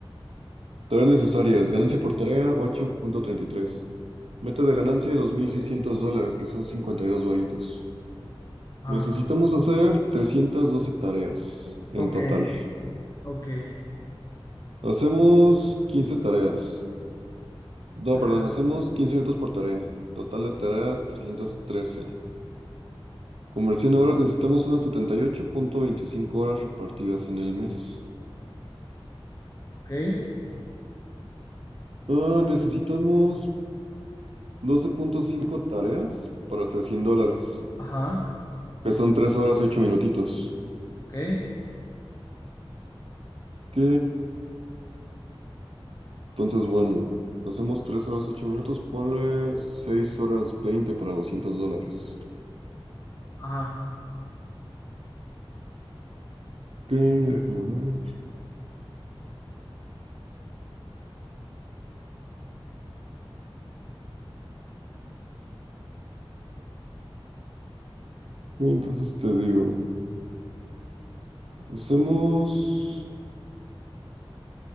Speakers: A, on the right (about 80°); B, on the left (about 35°).
A: Tareas necesarias. Ganancia por tarea ocho punto treinta y tres. Meta de ganancia 2.600 dólares, que son 52 varitos.
B: Ah,
A: Necesitamos hacer 312 tareas en
B: ok,
A: total.
B: ok,
A: Hacemos 15 tareas. No,
B: ajá,
A: perdón, hacemos 15 minutos por tarea. Total de tareas 313. Conversión a horas necesitamos unas 78.25 horas repartidas en el mes.
B: ok,
A: Ah, necesitamos 12.5 tareas para hacer 100 dólares,
B: ajá,
A: que son 3 horas y 8 minutitos.
B: ok,
A: Ok. Entonces, bueno, hacemos 3 horas 8 minutos, ponle 6 horas 20 para 200 dólares.
B: ajá.
A: Ok, déjame ver. Ok, entonces te digo, hacemos...